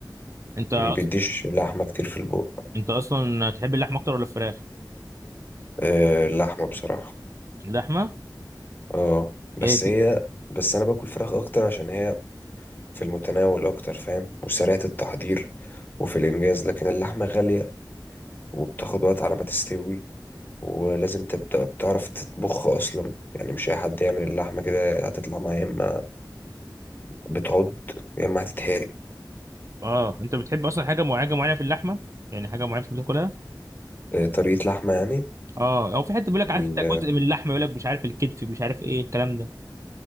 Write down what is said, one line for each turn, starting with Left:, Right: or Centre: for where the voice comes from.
Right: انت
Left: ما
Right: أص-
Left: بيديش لحمة كتير في البق
Right: انت اصلا تحب اللحمة اكتر ولا الفراخ
Left: آه، اللحمة بصراحة
Right: اللحمة
Left: اه بس
Right: ايه،
Left: هي بس انا باكل فراخ اكتر عشان هي في المتناول اكتر فاهم وسريعة التحضير وفي الانجاز لكن اللحمة غالية وبتاخد وقت على ما تستوي ولازم تبدأ بتعرف تطبخ اصلا يعني مش اي حد يعمل اللحمة كده هتطلع معاه يا اما بتعض يا اما هتتهري
Right: اه انت بتحب اصلا حاجه معينه حاجة معينة في اللحمه يعني حاجه معينه بتحب تاكلها
Left: آه، طريقة لحمة يعني
Right: اه او في حته بيقول لك
Left: ال-
Right: عارف انت جزء من اللحمه يقول لك مش عارف الكتف مش عارف ايه الكلام ده